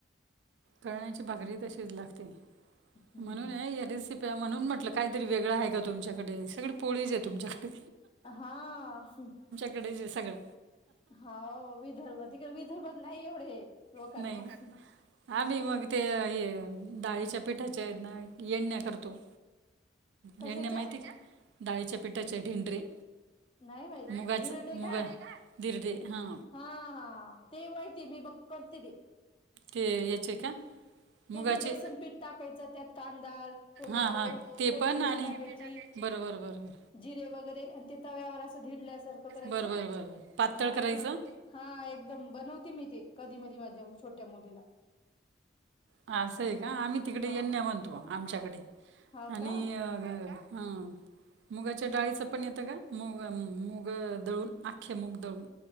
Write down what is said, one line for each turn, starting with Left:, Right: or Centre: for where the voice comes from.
Right: कण्याची भाकरी तशीच लागते.
Left: हं
Right: म्हणून आहे या रेसिपी. म्हणून म्हटलं, काहीतरी वेगळं आहे का तुमच्याकडे? सगळी पोळीच आहे तुमच्याकडे.
Left: हा.
Right: कडे जे सगळं.
Left: होव, विदर्भात इकडे, विदर्भात नाही एवढे लोकांना
Right: नाही.
Left: हा.
Right: आम्ही मग ते हे डाळीच्या पिठाच्या येडण्या करतो.
Left: कशाच्या?
Right: येडन्या माहिती का? डाळीच्या पिठाचे ढिंडरे.
Left: नाही माहित
Right: मुगाच
Left: धिरडे
Right: मुग
Left: का?
Right: धिरडे हा.
Left: हा, हा ते माहिती मी बघ करते ते.
Right: ते याचे का.
Left: तेथं
Right: मुगाचे
Left: ना बेसन पीठ. टाकायचा. त्यात कांदा, टोमॅटो,
Right: हां हां ते
Left: कोथिंबीर
Right: पण आणि
Left: टाकायची.
Right: बरं बरं बरं बरं
Left: जिरे वगैरे, आणि ते तव्यावर असं धिडल्यासारखं करायचं
Right: बरं बरं बरं बरं पातळ
Left: हा
Right: करायचं
Left: ते. हा एकदम बनवते, मी ते कधी, मधी माझ्या छोट्या मुलीला
Right: हा असं आहे का, आम्ही तिकडे
Left: हा
Right: येन्या म्हणतो आमच्याकडे.
Left: हा
Right: आणि
Left: का
Right: अ हा. मुगाच्या डाळीचं पण येतं का, मुग, मुग दळून आख्खे मुग दळून.